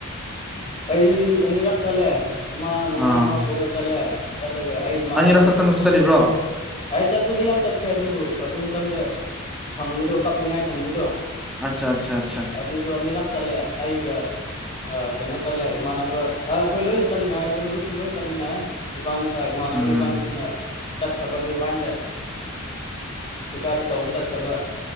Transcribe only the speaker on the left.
ꯑꯩ ꯑꯅꯤꯔꯛ ꯆꯠꯂꯦ ꯑꯃ ꯅꯣꯡꯃꯩ
ꯑꯃ ꯄꯨꯔ ꯆꯠꯂꯦ ꯆꯠꯂꯒ ꯑꯩ ꯏꯃꯥꯟꯅꯕ
ꯑꯩ ꯆꯠꯄꯗꯤ ꯌꯥꯝ ꯆꯠꯈ꯭ꯔꯦ ꯑꯗꯨꯕꯨ ꯑꯗꯨ ꯃꯇꯝꯗ ꯐꯪꯕꯗꯣ ꯀꯞꯅꯤꯡꯉꯥꯏ ꯐꯪꯕꯗꯣ
ꯑꯗꯨꯗꯣ ꯑꯅꯤꯔꯛ ꯆꯠꯂꯦ ꯑꯩꯒ ꯀꯩꯅꯣ ꯆꯠꯂꯦ ꯏꯃꯥꯟꯅꯕ ꯑꯩꯈꯣꯏ ꯂꯣꯏꯅ ꯆꯠꯃꯤꯟꯅꯥꯏ ꯑꯩꯈꯣꯏ ꯃꯔꯨꯞ ꯁꯨꯝ ꯂꯣꯏ ꯆꯠꯃꯤꯟꯅꯩ ꯏꯕꯥ ꯏꯃꯥꯟꯅꯕ
ꯏꯕꯥꯅꯤꯗꯨꯅ ꯆꯠꯈ꯭ꯔꯕ ꯑꯗꯨ ꯂꯥꯏꯟꯗ ꯁꯀꯥꯔꯤ ꯇꯧꯕ ꯆꯠꯈ꯭ꯔꯕ